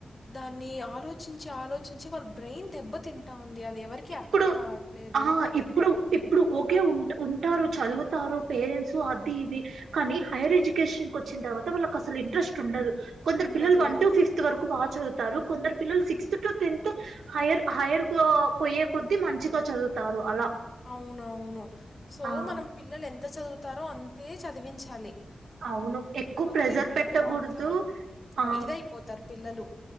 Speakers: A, on the left; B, on the right.
A: దాన్ని ఆలోచించి ఆలోచించి వాళ్ళ బ్రెయిన్ దెబ్బతి ఉంది అది ఎవరికి
B: ఇప్పుడు
A: అర్థం కావట్లేదు
B: ఆ! ఇప్పుడు, ఇప్పుడు ఓకే ఉంట ఉంటారు చదువుతారు పేరెంట్స్ అది ఇది కానీ హైయర్ ఎడ్యుకేషన్ కు వచ్చిన తర్వాత వాళ్ళకి అసలు ఇంట్రెస్ట్ ఉండదు కొంచరు
A: ఉండదు
B: పిల్లలు వన్ టు ఫిఫ్త్ వరకు చదువుతారు కొందరు పిల్లలు sixth to tenth higher higher పోయే కొద్ద్దీ మంచిగా చదువుతారు అలా
A: అవునవును సో
B: ఆ!
A: మనం పిల్లలు ఎంత చదువు తారోఅంతే చదివించాలి
B: అవును ఎక్కువ
A: ఒత్తిడి
B: ప్రెజర్
A: పెడితే
B: పెట్టకూడదు
A: మాత్రం
B: ఆ
A: ఇదయిపోతారు పిల్లలు